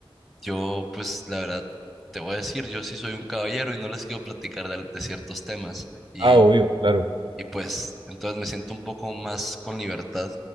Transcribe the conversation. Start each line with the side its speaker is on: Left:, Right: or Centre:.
Centre: yo, pues, la verdad, te voy a decir, yo sí soy un caballero y no les quiero platicar de, de ciertos temas. Y,
Right: Ah, obvio, claro.
Centre: y pues, entonces me siento un poco más con libertad